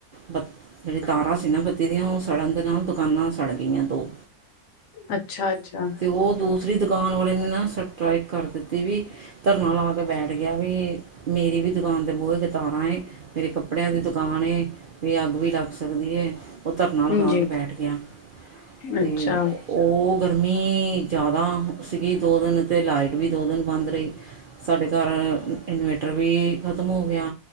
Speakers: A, on the right; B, on the left.
A: ਬ ਜਿਹੜੀ ਤਾਰਾਂ ਸੀ ਨਾ ਬੱਤੀ ਦੀਆਂ ਉਹ ਸੜਨ ਦੇ ਨਾਲ ਦੁਕਾਨਾਂ ਸੜ ਗਈਆਂ ਦੋ
B: ਅੱਛਾ ਅੱਛਾ
A: ਤੇ ਉਹ ਦੂਸਰੀ ਦੁਕਾਨ ਵਾਲੇ ਨੇ ਨਾ ਸਟਰਾਈਕ ਕਰ ਦਿੱਤੀ ਵੀ ਧਰਨਾ ਲਾ ਕੇ ਬੈਠ ਗਿਆ ਵੀ ਮੇਰੀ ਵੀ ਦੁਕਾਨ ਤੇ ਬਹੁਤ ਕਤਾਰਾਂ ਏ ਮੇਰੇ ਕੱਪੜਿਆਂ ਦੀ ਦੁਕਾਨ ਏ ਵੀ ਅੱਗ ਵੀ ਲੱਗ ਸਕਦੀ ਏ ਉਹ ਧਰਨਾ ਲਗਾ
B: ਹਾਂਜੀ
A: ਕੇ ਬੈਠ ਗਿਆ ਤੇ
B: ਅੱਛਾ।
A: ਉਹ ਗ ਗਰਮੀ ਜ਼ਿਆਦਾ ਸੀਗੀ ਦੋ ਦਿਨ ਤੇ ਲਾਈਟ ਲਾਈਟ ਵੀ ਦੋ ਦਿਨ ਬੰਦ ਰਹੀ ਸਾਡੇ ਘਰ ਇਨਵੇਟਰ ਵੀ ਖਤਮ ਹੋ ਗਿਆ।